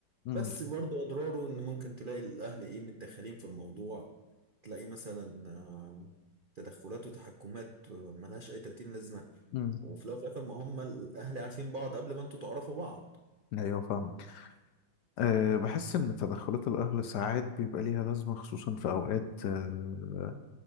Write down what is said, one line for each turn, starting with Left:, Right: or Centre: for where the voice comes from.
Left: مم.
Right: بس برضو اضراره ان ممكن تلاقي الاهل ايه متدخلين في الموضوع تلاقي مثلا آه، تدخلات وتحكمات آه، ملهاش اي 30 لازمة
Left: مم.
Right: وفي الاول وفي الاخر ما هم الاهل عارفين بعض قبل ما انتوا تعرفوا بعض
Left: ايوه فاهمك أه بحس ان تدخلات الاهل ساعات بيبقى ليها لازمه خصوصا في اوقات أه